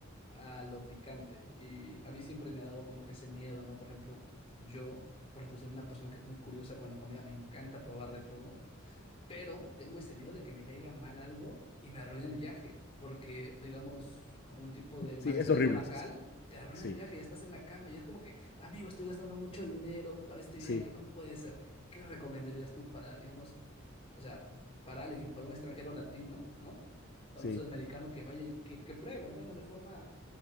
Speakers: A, on the left; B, on the left.
A: a lo picante. Y a mí siempre me ha dado como que ese miedo, ¿no? Por ejemplo, yo, por ejemplo, soy una persona que es muy curiosa con la comida, me encanta probar de todo, pero tengo ese miedo de que me caiga mal algo y me arruine el viaje, porque, digamos, algún tipo de
B: Sí,
A: malestar
B: es horrible.
A: estomacal.
B: Sí,
A: Te arruina
B: sí,
A: el viaje, ya estás en la cama y es como que, amigo, estoy gastando mucho dinero para este
B: sí,
A: viaje, no puede ser. ¿Qué recomendarías tú para, digamos, o sea, para alguien, para un extranjero latino, ¿no? Para
B: sí,
A: un sudamericano que vaya y que, que pruebe, al menos de forma